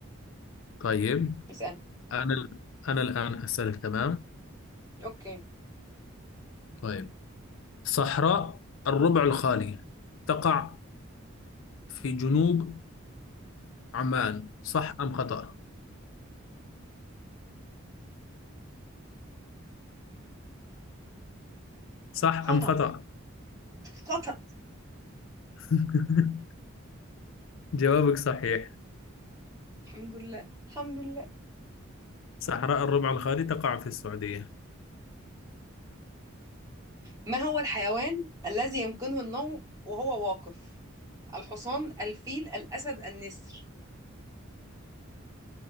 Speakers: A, on the left; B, on the right.
A: طيب
B: اسأل
A: أنا أنا الآن أسألك تمام
B: أوكي
A: طيب صحراء الربع الخالي تقع في جنوب عمان صح أم خطأ؟ صح
B: <laughs> خطأ
A: أم خطأ؟
B: خطأ
A: <laughs> جوابك صحيح
B: الحمد لله الحمد لله
A: صحراء الربع الخالي تقع في السعودية
B: ما هو الحيوان الذي يمكنه النوم وهو واقف الحصان الفيل الأسد النسر